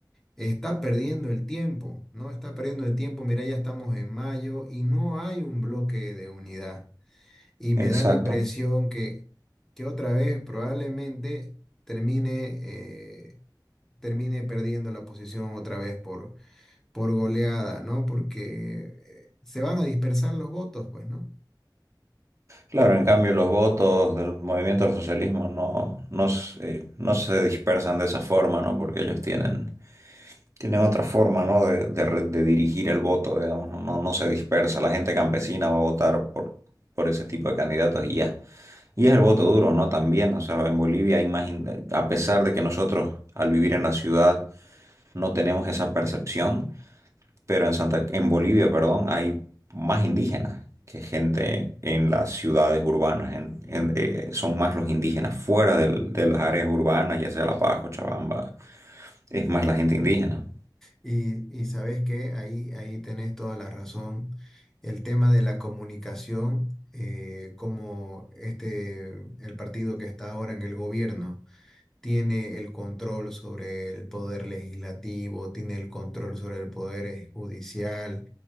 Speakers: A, in the centre; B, on the right.
A: está perdiendo el tiempo, ¿no? Está perdiendo el tiempo, mira, ya estamos en mayo y no hay un bloque de unidad. Y me
B: Exacto.
A: da la impresión que, que otra vez probablemente termine, eh, termine perdiendo la oposición otra vez por, por goleada, ¿no? Porque eh, se van a dispersar los votos, pues, ¿no?
B: Claro, en cambio los votos del movimiento del socialismo no, no, se, eh, no se dispersan de esa forma, ¿no? Porque ellos tienen, tienen otra forma, ¿no? De, de re- de dirigir el voto, digamos, ¿no? No, no se dispersa. La gente campesina va a votar por, por ese tipo de candidatos y ya. Y es el voto duro, ¿no? También, o sea, en Bolivia hay más, in- a pesar de que nosotros al vivir en la ciudad no tenemos esa percepción, pero en Santa, en Bolivia, perdón, hay más indígenas que gente en las ciudades urbanas. En- en- eh, son más los indígenas fuera del- de las áreas urbanas, ya sea La Paz, Cochabamba, es más la gente indígena.
A: Y, y sabes que ahí, ahí tenés toda la razón. El tema de la comunicación, eh, como este, el partido que está ahora en el gobierno tiene el control sobre el poder legislativo, tiene el control sobre el poder eh, judicial,